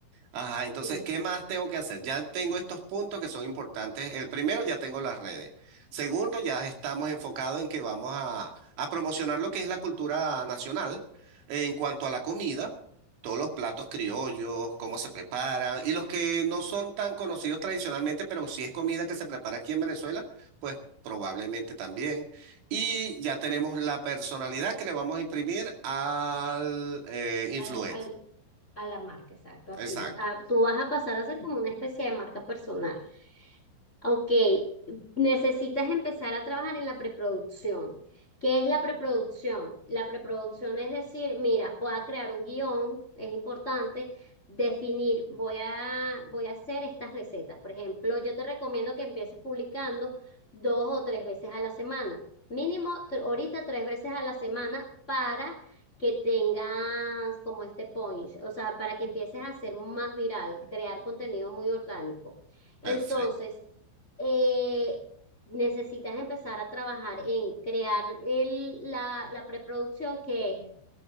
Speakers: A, on the right; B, on the left.
A: Ajá, entonces,
B: Sí,
A: ¿qué más tengo que hacer? Ya tengo estos puntos que son importantes. El primero, ya tengo las redes. Segundo, ya estamos enfocados en que vamos a, a promocionar lo que es la cultura nacional en cuanto a la comida, todos los platos criollos, cómo se preparan y los que no son tan conocidos tradicionalmente, pero si es comida que se prepara aquí en Venezuela, pues probablemente también. Y ya tenemos la personalidad que le vamos a imprimir al eh, influencer.
B: al, al, a la marca, exacto, a
A: Exacto,
B: ti. A- tú vas a pasar a ser como una especie de marca personal. Ok, necesitas empezar a trabajar en la preproducción. ¿Qué es la preproducción? La preproducción es decir, mira, voy a crear un guión, es importante definir, voy a, voy a hacer estas recetas. Por ejemplo, yo te recomiendo que empieces publicando dos o tres veces a la semana, mínimo tr- ahorita tres veces a la semana para que tengas como este punch, o sea, para que empieces a hacer más viral, crear contenido muy orgánico. Entonces,
A: perfecto.
B: eh, necesitas empezar a trabajar en crear el, la, la preproducción, que es,